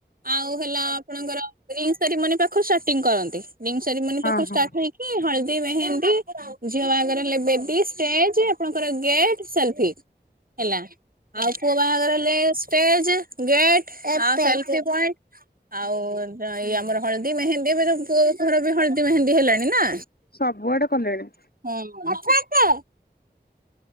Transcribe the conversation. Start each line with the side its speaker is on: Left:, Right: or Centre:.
Right: ଆଉ ହେଲା ଆପଣଙ୍କର ରିଙ୍ଗସେରିମନି ପାଖୁରୁ ଷ୍ଟାର୍ଟିଙ୍ଗି କରନ୍ତି। ରିଙ୍ଗସେରିମନି
Left: ହଁ
Right: ପାଖୁରୁ
Left: ହଁ
Right: ଷ୍ଟାର୍ଟ ହେଇକ କି ହଳଦୀ ମେହେନ୍ଦି, ଝିଅ ବାହାଘର ହେଲେ ବେ ଦି ଷ୍ଟେଜ୍ ଆପଣଙ୍କର ଗେଟ୍ ସେଲ୍ଫି। ହେଲା ଆଉ ପୁଅ ବାହାଘର ହେଲେ ଷ୍ଟେଜେ ଗେଟ <unintelligible> ପଏଣ୍ଟ। ଆଉ ଏଇ ଆମର ହଳଦୀ ମେହେନ୍ଦୀ ଏବେ <unintelligible> ପୁଅ ଘର ବି ହଳଦୀ ମେହେନ୍ଦୀ ହେଲାଣି ନା।
Left: ସବୁଆଡେ କଲେଣି।
Right: <unintelligible>